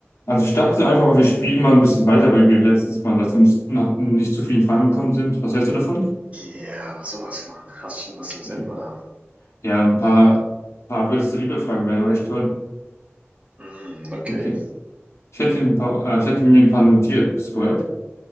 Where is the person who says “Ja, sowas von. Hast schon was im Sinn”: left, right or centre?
Right